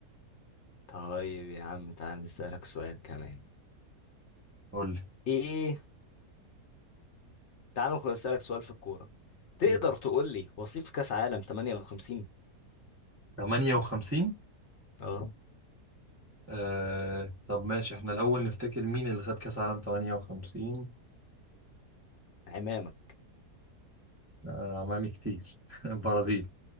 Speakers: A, on the left (about 55°); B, on the right (about 15°).
A: طيب يا عم تعال نسألك سؤال كمان
B: قول لي
A: ايه تعال نخ- نسألك سؤال في الكورة تقدر
B: يلا.
A: تقول لي وصيف كأس عالم 58
B: 58
A: اه
B: آه... طب ماشي احنا الاول نفتكر مين اللي خد كاس عالم 58
A: عمامة
B: لا أنا عمامي كتير <laughs> البرازيل